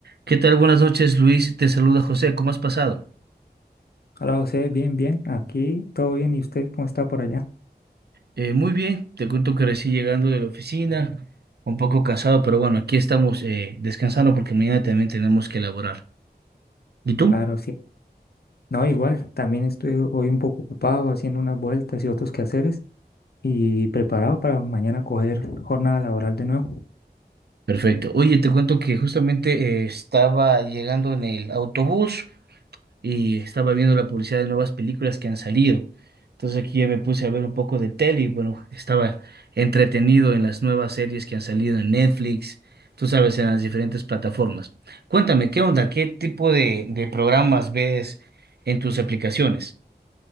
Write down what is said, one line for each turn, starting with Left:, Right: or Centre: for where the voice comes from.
Right: ¿Qué tal? Buenas noches, Luis. Te saluda José. ¿Cómo has pasado?
Left: Hola José, bien, bien, aquí todo bien, ¿y usted cómo está por allá?
Right: Eh, muy bien. Te cuento que recién llegando de la oficina, un poco cansado, pero bueno, aquí estamos eh, descansando porque mañana también tenemos que elaborar. ¿Y tú?
Left: Claro, sí. No, igual, también estoy hoy un poco ocupado haciendo unas vueltas y otros quehaceres y preparado para mañana coger jornada laboral de nuevo.
Right: Perfecto. Oye, te cuento que justamente eh, estaba llegando en el autobús. y estaba viendo la publicidad de nuevas películas que han salido. Entonces aquí ya me puse a ver un poco de tele y bueno, estaba entretenido en las nuevas series que han salido en Netflix, tú sabes, en las diferentes plataformas. Cuéntame, ¿qué onda? ¿Qué tipo de, de programas ves en tus aplicaciones?